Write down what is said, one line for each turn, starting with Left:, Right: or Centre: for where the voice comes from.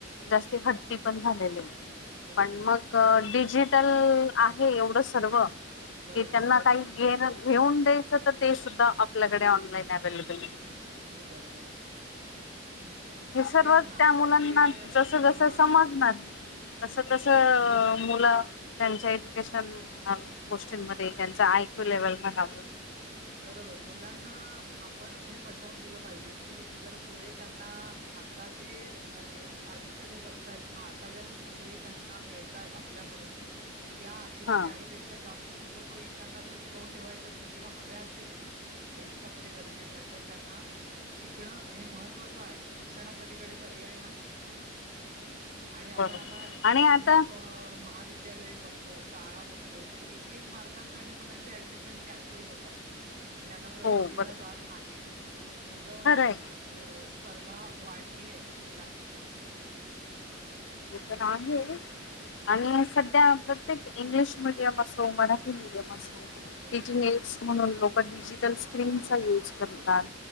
Left: जास्ती हट्टी पण झालेली आहेत
Right: बरोबर.
Left: पण मग डिजिटल आहे एवढं सर्व
Right: बरोबर.
Left: की त्यांना काही घेण घेऊन द्यायचं तर ते सुद्धा आपल्याकडे ऑनलाईन अव्लेबल आहे
Right: अगदी बरोबर हं.
Left: हे सर्व
Right: तेच ना.
Left: त्या मुलांना
Right: ते
Left: जस जसं
Right: हां.
Left: समजणार तस तस मुलं त्यांच्या इथ <inaudible> गोष्टींमध्ये त्यांच आयक्यू लेव्हल बनाव
Right: बरोबर मुलांना आपणच हे पटवून दिलं पाहिजे की जर पुढे त्यांना आता जे अ आयुष्य ते जगताय किंवा आता ज्या सुखसोयी त्यांना मिळतायत आपल्याकडून त्या किंवा
Left: हा
Right: त्याहीपेक्षा जास्त सुख सोई त्यांना जर टिकवून ठेवायची असे किंवा हव्या आयुष्यामध्ये गरजेच्या तर त्यांना शिकणं हे महत्वाचं आहे शिक्षणा पलीकडे पर्याय नाही आणि आपण
Left: बरोबर
Right: आता
Left: आणि आता
Right: अनेक महाविद्यालय बघतो शाळा बघतो की ते एक मार्कांसाठी मुलांचे ऍडमिशन कॅन्सल होतात त्यांना प्रवेश
Left: हो
Right: दिला
Left: बरोबर
Right: जात नाही एवढं
Left: खरंय
Right: अ स्पर्धा वाढलीय मुलांमध्ये
Left: ते पण आहे आणि सध्या प्रत्येक इंग्लिश मध्ये मिडीयम असो मराठी म मिडियम असो
Right: बरोबर
Left: तिची एड् म्हणून पण डिजटल स्क्रीनचा युज करतात